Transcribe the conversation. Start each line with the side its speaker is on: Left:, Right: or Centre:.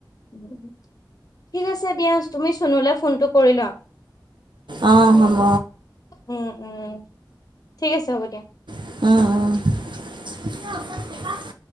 Left: উম, ঠিক আছে দিয়া, তুমি চনুলে ফোনটো কৰি লোৱা।
Right: অহ, হ'ব।
Left: উম', উম' ঠিক আছে হ'ব দিয়া।
Right: উম', উম' <unintelligible>